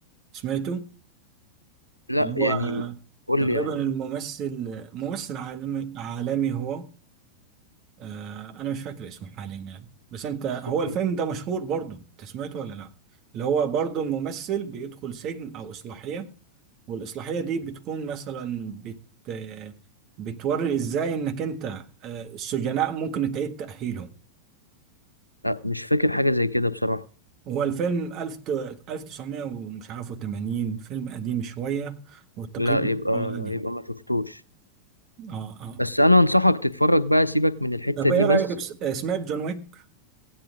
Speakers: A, on the right (about 35°); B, on the left (about 85°).
A: سمعته
B: لا
A: اللي
B: يعني
A: هو
B: قول
A: تقريبا
B: لي يا-
A: الممثل ممثل عالمي عالمي هو آه انا مش فاكر اسمه حاليا يعني بس انت هو
B: اوكي
A: الفيلم ده مشهور برضو انت سمعته ولا لا اللي هو برضو الممثل بيدخل سجن او اصلاحية والاصلاحية دي بتكون مثلا بت آه، بتوري ازاي انك انت آه، السجناء ممكن تعيد تأهيلهم
B: لا مش فاكر حاجة زي كده بصراحة
A: هو الفيلم ألف ألف تسعمية ومش عارف وتمانين فيلم قديم شوية والتقييم
B: لا يبقى
A: بتاعه عالي
B: يبقى ما شفتوش
A: اه اه
B: بس انا انصحك تتفرج بقى سيبك من الحتة
A: طب
B: دي
A: ايه
B: بس
A: رأيك بس... آه، سمعت جون ويك؟